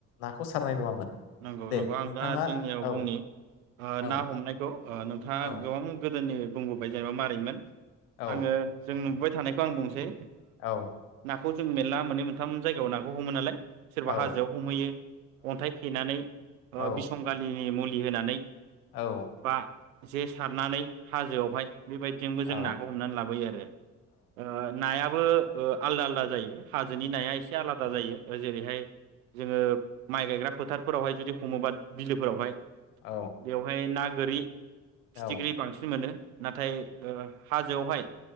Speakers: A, on the left (about 75°); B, on the right (about 85°).
A: नाखौ सारनाय
B: औ
A: नङामोन
B: नोंगौ
A: दे
B: नोंगौ आं
A: नोंथाङा
B: दा जोंनियाव
A: औ
B: बुंनि। ओ
A: औ
B: ना हमनायखौ ओ नोंथाङा
A: औ
B: गोबां गोदोनि बुंबोबाय जेनेबा मारैमोन।
A: औ
B: आङो जों नुबोबाय थानायखौ आं बुंसै।
A: औ।
B: खौ जों मेल्ला मोन्नै मोन्थाम जायगायाव नाखौ हमो नालाय। सोरबा
A: औ
B: हाजोआव हमहैयो अन्थाइ थेनानै ओ
A: औ
B: बिसंगालि नि मुलि होनानै।
A: औ।
B: बा जे सारनानै हाजोआवहाय बेबायदिजोंबो जों
A: औ
B: नाखौ हमनानै लाबोयो आरो। ओ नाया बो ओ आलदा आलदा जायो। हाजोनि नाया एसे आलादा जायो। जेरैहाय जोङो माइ गायग्रा फोथारफोरावहाय जुदि हमोबा बिलोफोरावहाय
A: औ
B: बेवहाय ना गोरि फिथिख्रि
A: औ औ
B: बांसिन मोनो। नाथाय ओ हाजोआवहाय